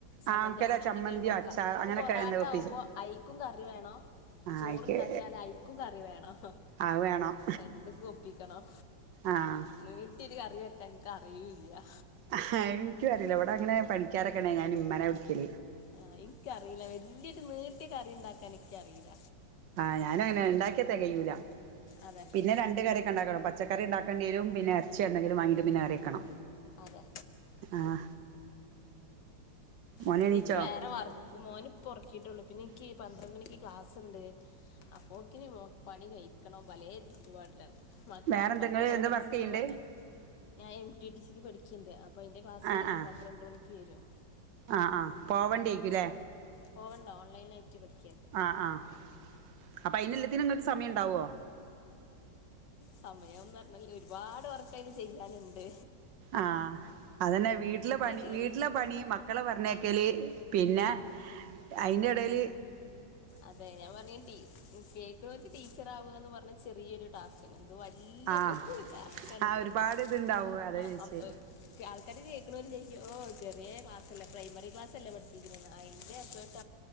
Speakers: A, on the left (about 70°); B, on the right (about 75°).
A: സമ്മന്തി
B: ആഹ് ഒണക്കലാ
A: അങ്ങനെ
B: ചമ്മന്തിയോ
A: എന്തെങ്കിലും കൊടുക്കാ
B: അച്ചാ അങ്ങനെയൊക്കെ
A: ഇത് പൊറാട്ട
B: എന്താ വെപ്പിച്ച്
A: ആകുമ്പോ ഐക്കും കറി വേണം
B: ആഹ്
A: ചോറണ്ടാക്കിയാല്
B: അയിക്ക്
A: ഐക്കും കറി വേണം
B: അത് വേണം
A: രണ്ടുക്കും ഒപ്പിക്കണം
B: ആഹ്
A: നീട്ടിഒരു കറി വക്കാൻ ഇന്ക്ക് അറിയൂല്ല
B: ആ്ഹ് ഇനിക്കും അറിയില്ല ഇവിടെ അങ്ങനെ പണിക്കാരൊക്കെണേ ഞൻ ഇമ്മനെ വിളിക്കൽ
A: ആഹ് ഇനിക്കറിയില്ല വല്യൊരു നീട്ടിയ കറി ഉണ്ടാക്കാൻ ഇനിക്കറിയില്ല
B: ആഹ് ഞാനുംങ്ങനെ ഉണ്ടാക്കിയ തെ കയൂല
A: അതെ
B: പിന്നെ രണ്ട് കറി ണ്ടാക്കണം പച്ചക്കറി ഉണ്ടാക്കണ്ടിരും പിന്നെ എറച്ചി എന്തെങ്കിലും വാങ്ങിട്ട്ന കറിവെ ക്കണം
A: അതെ
B: ആഹ് മോന്
A: പിന്നെ
B: എണീച്ചോ
A: ഇക്ക് വേറെ വർക്ക് മോന് പൊ ഒറക്കിട്ടൊള്ളു പിന്നെ എനിക്ക് പന്ത്രണ്ട് മണിക്ക് ക്ലാസുണ്ട് അപ്പോക്കിന് പണി കഴിക്കണം പലേ ചുറ്റുപാടിലാണ് മക്കളെ
B: വേറെ
A: ഒൻപത്തര
B: എന്തെങ്ങള്
A: ആവുബൊക്ക്ൻ
B: എന്താ വർക്ക്
A: സ്കൂള്
B: ചെയ്യണ്ട്
A: പറഞ്ഞയി ഞാൻ എം ടി ടി സിക്ക് പഠിക്ണ്ട് അപ്പോൾ അതിൻ്റെ ക്ലാസ്
B: ആഹ് ആഹ്
A: പന്ത്രണ്ട് മണിക്ക് വരും.
B: ആഹ് ആഹ് പോവേണ്ടേയ്കുലെ?
A: പോവണ്ട ഓൺലൈനായിട്ട് പഠിക്കാണ്
B: ആഹ് ആഹ് അപ്പൊ അയിന് എല്ലാത്തിനും ഇങ്ങൾക്ക് സമയം ഇണ്ടാവോ?
A: സമയംന്ന് പറഞ്ഞാല് ഒരുപാട് വർക്ക് അതിൽ ചെയ്യാനുണ്ട്
B: ആഹ് അതന്നെ വീട്ടിലെ പണി
A: കേറി.
B: വീട്ടിലെ പണി മ മക്കളെ പറഞ്ഞേക്കൽ പിന്നെ അതിന്റെ എടയിൽ
A: അതെ ഞാൻ പറഞ്ഞ് കേൾക്കണോല്ക്ക് ഒരു ടീച്ചറവുക എന്ന് പറഞ്ഞ ചെറിയരു ടാസ്കാ ണ് അത് വലിയൊരു
B: ആഹ്
A: ടാസ്കാണിത്
B: ആഹ് ഒരുപാട് ഇത്ണ്ടാവും അതാ
A: ആ
B: ചോയിച്ചേ
A: അം ആൾക്കാര് കേൾക്ക്ണോര് ചൊയ്യ്ക്കും ചെറിയ ക്ലാസല്ലേ പ്രൈമറി ക്ലാസലേ പഠിപ്പിക്കണേ അതിന്റെ എഫെർട്ട്